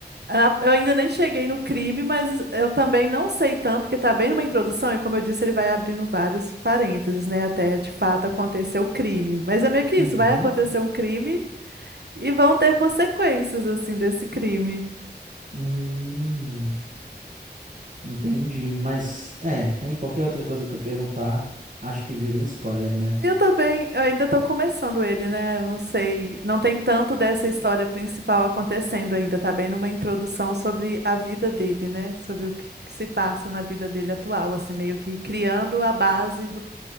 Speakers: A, on the right (about 70°); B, on the right (about 45°).
A: Ah, Eu ainda nem cheguei no crime, mas eu também não sei tanto, porque tá bem numa introdução, e como eu disse, ele vai abrindo vários parênteses, né? Até de fato acontecer o crime. Mas é meio que isso,
B: Uhum.
A: vai acontecer um crime e vão ter consequências, assim, desse crime.
B: Hum, Entendi, mas é, aí qualquer outra coisa que eu perguntar, acho que vira um spoiler, né?
A: E eu também, eu ainda tô começando ele, né? Eu não sei, não tem tanto dessa história principal acontecendo ainda, tá bem numa introdução sobre a vida dele, né? Sobre o que que se passa na vida dele atual, assim, meio que criando a base